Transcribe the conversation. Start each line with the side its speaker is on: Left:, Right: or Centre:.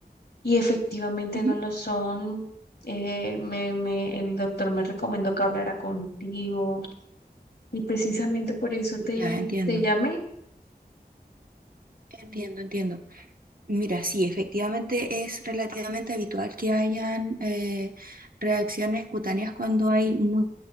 Left: y efectivamente
Right: ujú.
Left: no lo son. Eh, me, me, el doctor me recomendó que hablara contigo y precisamente por eso te,
Right: Ya, entiendo,
Left: te llamé.
Right: entiendo, entiendo. Mira, sí, efectivamente es relativamente habitual que hayan eh, reacciones cutáneas cuando hay mu-